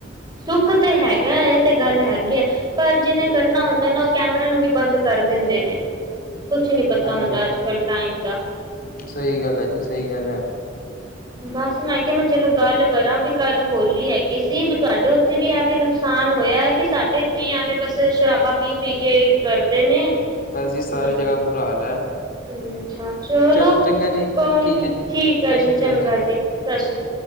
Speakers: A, on the right; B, on the left.
A: ਸੁੱਖ ਤੇ ਹੈਗਾ ਇਹ ਤੇ ਗੱਲ ਹੈਗੀ ਹੈ ਪਰ ਜਿਹਨੇ ਕਰਨਾ ਹੁੰਦਾ ਨਾ ਉਹ ਕੈਮਰਿਆਂ ਨੂੰ ਵੀ ਬੰਦ ਕਰ ਦਿੰਦੇ ਨੇ। ਕੁਛ ਨੀ ਪਤਾ
B: ਹਾਂਜੀ
A: ਹੁੰਦਾ ਅੱਜ-ਕੱਲ ਟਾਈਮ ਦਾ।
B: ਸਹੀ ਗੱਲ ਹੈ ਜੀ ਸਹੀ ਗੱਲ ਹੈ
A: ਬਸ ਮੈਂ ਕਿਹਾ ਮੈਂ ਚਲੋ ਗੱਲ ਕਰਾਂ ਵੀ ਕੱਲ ਹੋਲੀ ਹੈਗੀ ਸੀ ਤੁਹਾਡੇ ਉੱਥੇ ਵੀ ਐਵੇਂ ਨੁਕਸਾਨ ਹੋਇਆ ਕਿ ਸਾਡੇ ਇੱਥੇ ਹੀ ਐਵੇਂ ਬੱਸ ਸ਼ਰਾਬਾ ਪੀ-ਪੀ ਕੇ ਕਰਦੇ ਨੇ
B: ਬਸ ਜੀ ਸਾਰੀ
A: ਹੂੰ।
B: ਜਗ੍ਹਾ ਬੁਰਾ ਹਾਲ ਹੈ
A: ਅੱਛਾ ਚਲੋ
B: ਚਲ ਚੰਗਾ ਜੀ
A: ਕੋਈ
B: ਠੀਕ
A: ਨੀ
B: ਹੈ ਜੀ
A: ਠੀਕ ਹੈ
B: ਸਤਿ ਸ਼੍ਰੀ
A: ਜੀ
B: ਅਕਾਲ
A: ਚੰਗਾ ਜੀ। ਸਤਿ ਸ਼੍ਰੀ